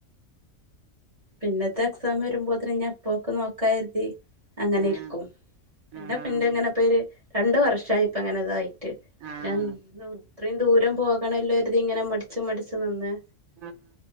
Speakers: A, on the right; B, on the right.
A: പിന്നത്തെ എക്സാം വരുമ്പോത് ന് ഞഅപ്പൊക്കെ നോക്കാര്തി അങ്ങനെ
B: ആഹ്
A: ഇരിക്കും പിന്നെ
B: ആഹ്
A: പിന്റെ ഇങ്ങനെപ്പര് രണ്ടു വർഷയിപ്പ അങ്ങനെ ഇതായി റ്റ്
B: ആഹ്
A: ഞാൻ ഇത്രീം ദൂരം പോകണല്ലോ രിതി ഇങ്ങനെ മടിച്ചു മടിച് നിന്ന്
B: ആഹ്